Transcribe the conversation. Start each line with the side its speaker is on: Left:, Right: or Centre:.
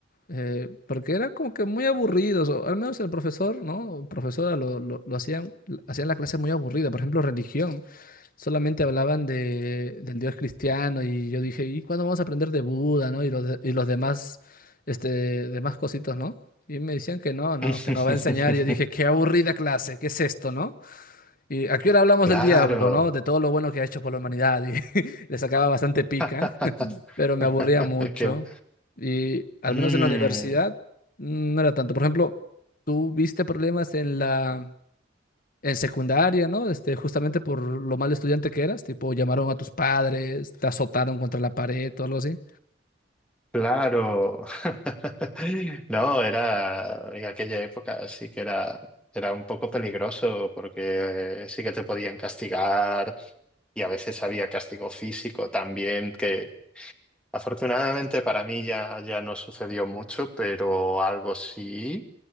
Left: eh, porque eran como que muy aburridos, o al menos el profesor, ¿no? O Profesora lo, lo, lo hacían, hacían la clase muy aburrida, por ejemplo, religión solamente hablaban de, del Dios cristiano y yo dije, ¿y cuándo vamos a aprender de Buda, ¿no? Y los, de- y los demás, este, demás cositos, ¿no? Y me decían que no, no,
Centre: <laughs>
Left: que nos va a enseñar. Y yo dije, qué aburrida clase, ¿qué es esto, no? Y a qué hora hablamos
Centre: Claro.
Left: del diablo, ¿no? De todo lo bueno que ha hecho por la humanidad. Y <laughs> le sacaba bastante
Centre: <laughs>
Left: pica, <laughs> pero me aburría mucho.
Centre: Qué-
Left: Y al
Centre: Mm,
Left: menos en la universidad mm, no era tanto. Por ejemplo, ¿tú viste problemas en la, en secundaria, ¿no? Este, justamente por lo mal estudiante que eras, tipo, llamaron a tus padres, te azotaron contra la pared o algo así.
Centre: Claro. <laughs> No, era en aquella época sí que era, era un poco peligroso porque eh, sí que te podían castigar y a veces había castigo físico también que afortunadamente para mí ya, ya no sucedió mucho, pero algo sí.